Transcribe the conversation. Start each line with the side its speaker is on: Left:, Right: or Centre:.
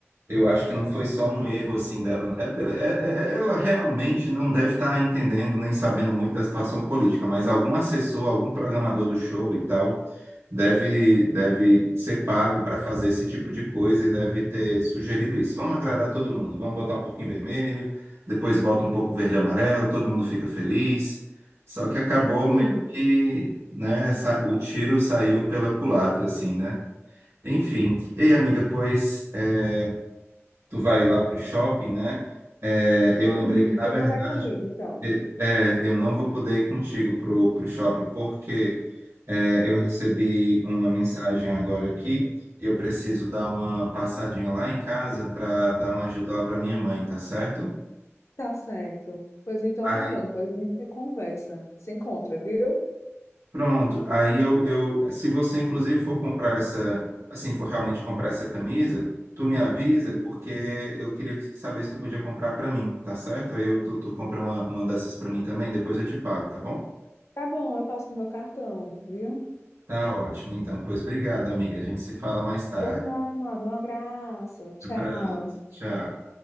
Right: Eu acho que não foi só um erro assim dela. É é- é- é- ela realmente não deve estar entendendo nem sabendo muito da situação política, mas algum assessor, algum programador do show e tal, deve, deve ser pago para fazer esse tipo de coisa e deve ter sugerido isso. Vamos agradar todo mundo, vamos botar um pouquinho vermelho, depois bota um pouco verde e amarelo, todo mundo fica feliz. Só que acabou
Left: Sim,
Right: meio que, né, sa- o tiro saiu pela culatra, assim, né? Enfim. Ei, amiga, pois. é, tu vai lá para o shopping, né? É, eu lembrei
Left: sim,
Right: que,
Left: você
Right: na verdade,
Left: não vai comigo, então.
Right: é, é, eu não vou poder ir contigo pro, pro shopping, porque é, eu recebi uma mensagem agora aqui e eu preciso dar uma passadinha lá em casa para dar uma ajuda lá para minha mãe, tá certo?
Left: Tá certo. Pois então
Right: Aí
Left: tá bom, depois a gente conversa, se encontra, viu?
Right: Pronto, aí eu, eu, se você inclusive for comprar essa, assim, for realmente comprar essa camisa, tu me avisa, porque eu queria saber se tu podia comprar para mim, tá certo? Aí eu, tu, tu compra uma, uma dessas para mim também, depois eu te pago, tá bom?
Left: Tá bom, eu passo no meu cartão, viu?
Right: Tá ótimo, então. Pois obrigado, amiga. A gente se fala mais tarde.
Left: Por nada, um abraço, tchau.
Right: Abraço, tchau.